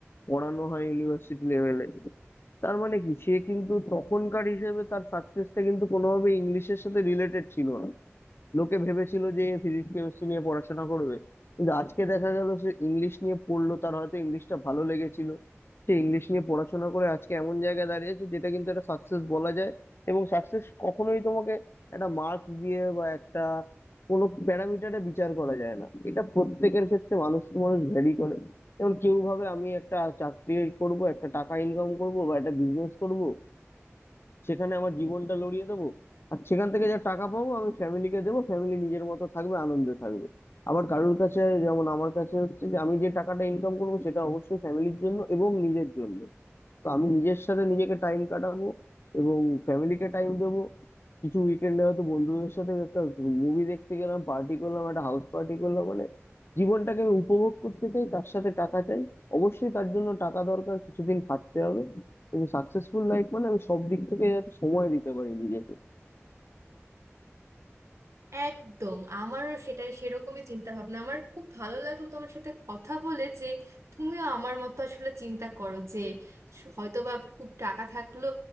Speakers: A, on the left; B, on the right.
A: পড়ানো হয় ইউনিভার্সিটি লেভেলে তার মানে কি সে কিন্তু তখনকার হিসেবে তার সাকসেসটা কিন্তু কোনোভাবে ইংলিশের সাথে রিলেটেড ছিল লোকে ভেবেছিল যে ফিজিক্স কেমিস্ট্রি নিয়ে পড়াশোনা করবে কিন্তু আজকে দেখা গেল সে ইংলিশ নিয়ে পড়লো তার হয়তো ইংলিশটা ভালো লেগেছিল সে ইংলিশ নিয়ে পড়াশোনা করে আজকে এমন জায়গায় দাঁড়িয়েছে যেটা কিন্তু একটা সাকসেস বলা যায় এবং সাকসেস কখনোই তোমাকে একটা মার্কস দিয়ে বা একটা কোনো প্যারামিটারে বিচার করা যায় না এটা প্রত্যেকের ক্ষেত্রে মানুষ টু মানুষ ভ্যারি করে যেমন কেউ ভাবে আমি একটা চাকরি করব একটা টাকা ইনকাম করব বা একটা বিজনেস করব সেখানে আমার জীবনটা লড়িয়ে দেবো আর সেখান থেকে যা টাকা পাবো আমি ফ্যামিলিকে দেবো ফ্যামিলি নিজের মতো থাকবে আনন্দে থাকবে আবার কারোর কাছে যেমন আমার কাছে হচ্ছে যে আমি যে টাকাটা ইনকাম করবো সেটা অবশ্যই ফ্যামিলির জন্য এবং নিজের জন্য তো আমি নিজের সাথে নিজেকে টাইম কাটাবো এবং ফ্যামিলিকে টাইম দেবো কিছু উইকেন্ডে হয়তো বন্ধুদের সাথে একটা মুভি দেখতে গেলাম পার্টি করলাম একটা হাউস পার্টি করলাম মানে জীবনটাকে আমি উপভোগ করতে চাই তার সাথে টাকা চাই অবশ্যই তার জন্য টাকা দরকার কিছুদিন খাটতে হবে কিন্তু সাকসেসফুল লাইফ মানে আমি সব দিক থেকে যাতে সময় দিতে পারি নিজেকে
B: একদম আমারও সেটাই সেরকমই চিন্তা ভাবনা আমার খুব ভালো লাগলো তোমার সাথে কথা বলে যে তুমিও আমার মতো আসলে চিন্তা করো যে হয়তো বা খুব টাকা থাকলো